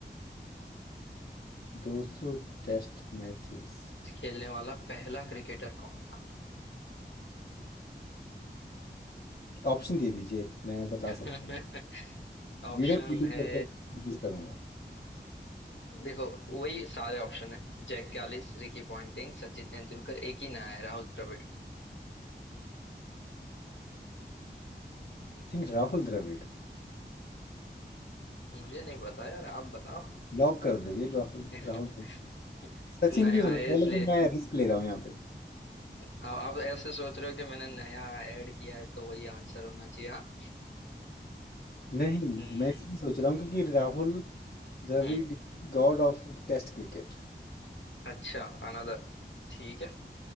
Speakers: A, on the left (about 60°); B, on the left (about 80°).
A: दो सौ टेस्ट मैचेस
B: खेलने वाला पहला क्रिकेटर कौन था
A: ऑप्शन दे दीजिए मैं बता
B: <laughs>
A: सकता हूँ
B: ऑप्शन
A: बिना चीटिंग
B: है
A: करके कोशिश करूंगा
B: देखो वही सारे ऑप्शन है Jacques Kallis Ricky Ponting Sachin Tendulkar एक ही नया है राहुल द्रविड़
A: I think Rahul Dravid
B: मुझे नहीं पता यार आप बताओ
A: Lock कर दीजिए राहुल
B: <laughs>
A: राहुल द्रविड़। सचिन
B: नया
A: भी हो
B: है
A: सकता
B: इसलिए
A: है लेकिन मैं रिस्क ले रहा हूँ यहाँ पे
B: आप आप ऐसे सोच रहे हो कि मैंने नया ऐड किया है तो वही आंसर होना चाहिए हाँ
A: नहीं
B: हम्म
A: मैं इसलिए सोच रहा हूँ क्योंकि Rahul Dravid
B: हम्म,
A: god of test cricket
B: अच्छा अनदर ठीक है